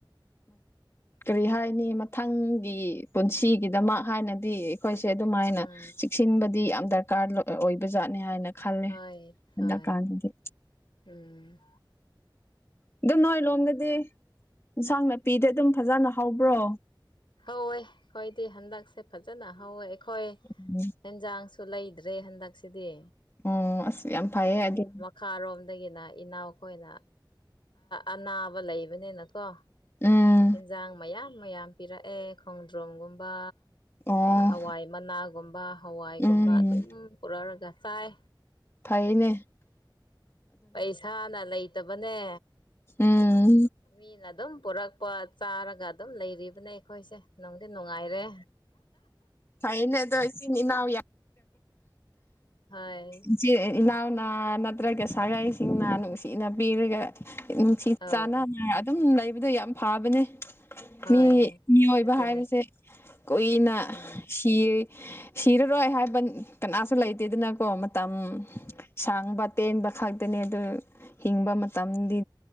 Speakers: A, on the left; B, on the left.
A: ꯀꯔꯤ ꯍꯥꯏꯅꯤ ꯃꯊꯪꯒꯤ ꯄꯨꯟꯁꯤꯒꯤꯗꯃꯛ ꯍꯥꯏꯅꯗꯤ ꯑꯩꯈꯣꯏꯁꯦ ꯑꯗꯨꯝꯥꯏꯅ
B: ꯎꯝ
A: ꯆꯦꯛꯁꯤꯟꯕꯗꯤ ꯌꯥꯝ ꯗꯔꯀꯥꯔ ꯑꯣꯏꯕꯖꯥꯠꯅꯤ ꯍꯥꯏꯅ ꯈꯜꯂꯦ
B: ꯍꯣꯏ
A: ꯍꯟꯗꯛ
B: ꯍꯣꯏ
A: ꯀꯥꯟꯗꯗꯤ
B: ꯎꯝ
A: ꯑꯗꯨꯝ ꯅꯣꯏ ꯂꯣꯝꯗꯗꯤ ꯏꯟꯁꯥꯡ ꯅꯥꯄꯤꯗꯤ ꯑꯗꯨꯝ ꯐꯖꯅ ꯍꯧꯕ꯭ꯔꯣ
B: ꯍꯧꯋꯦ ꯑꯩꯈꯣꯏꯗꯤ ꯍꯟꯗꯛꯁꯦ ꯐꯖꯅ ꯍꯧꯋꯦ ꯑꯩꯈꯣꯏ
A: ꯎꯝ
B: ꯌꯦꯦꯟꯖꯥꯡꯁꯨ ꯂꯩꯗ꯭ꯔꯦ ꯍꯟꯗꯛꯁꯤꯗꯤ
A: ꯑꯣ ꯑꯁ ꯌꯥꯝ ꯐꯩꯌꯦꯦ ꯑꯗꯨ
B: ꯈꯥꯔꯣꯝꯗꯒꯤꯅ ꯏꯅꯥꯎꯈꯣꯏꯅ ꯑꯅꯥꯕ ꯂꯩꯕꯅꯤꯅꯀꯣ
A: ꯎꯝ
B: ꯑꯦꯟꯖꯥꯡ ꯃꯌꯥꯝ ꯃꯌꯥꯝ ꯄꯤꯔꯛꯑꯦ ꯈꯣꯡꯗ꯭ꯔꯣꯝꯒꯨꯝꯕ
A: ꯑꯣ
B: ꯍꯋꯥꯏ ꯃꯅꯥꯒꯨꯝꯕ ꯍꯋꯥꯏꯒꯨꯝꯕ
A: ꯎꯝ
B: ꯑꯗꯨꯝ ꯄꯨꯔꯛꯑꯒ ꯆꯥꯏ
A: ꯐꯥꯏꯅꯦ
B: ꯄꯩꯁꯥꯅ ꯂꯩꯇꯕꯅꯦ
A: ꯎꯝ
B: ꯃꯤꯅ ꯑꯗꯨꯝ ꯄꯨꯔꯛ ꯆꯥꯔꯒ ꯑꯗꯨꯝ ꯂꯩꯔꯤꯕꯅꯦ ꯑꯩꯈꯣꯏꯁꯦ ꯅꯨꯡꯗꯤ ꯅꯨꯡꯉꯥꯏꯔꯦ
A: ꯐꯥꯏꯅꯦꯗꯁꯤꯅꯤ ꯏꯅꯥꯎ ꯌꯥ
B: ꯍꯥꯏ
A: ꯏꯆꯤꯜ ꯏꯅꯥꯎꯅꯥ ꯅꯠꯇ꯭ꯔꯒ ꯁꯥꯒꯥꯏꯁꯤꯡꯅ ꯅꯨꯡꯁꯤꯅ ꯄꯤꯔꯒ ꯅꯨꯡꯁꯤ
B: ꯑꯧ
A: ꯆꯥꯟꯅꯅ ꯑꯗꯨꯝ ꯂꯩꯕꯗ ꯌꯥꯝ ꯐꯕꯅꯦ
B: ꯍꯣꯏ
A: ꯃꯤ ꯃꯤꯑꯣꯏꯕ
B: ꯑꯗꯨꯅꯦ
A: ꯍꯥꯏꯕꯁꯦ ꯀꯨꯏꯅ
B: ꯎꯝ
A: ꯁꯤ ꯁꯤꯔꯔꯣꯏ ꯍꯥꯏꯕ ꯀꯅꯥꯁꯨ ꯂꯩꯇꯦꯗꯅꯀꯣ ꯃꯇꯝ
B: ꯎꯝ
A: ꯁꯥꯡꯕ ꯇꯦꯟꯕ ꯈꯛꯇꯅꯦ ꯑꯗꯨ ꯍꯤꯡꯕ ꯃꯇꯝꯗꯤ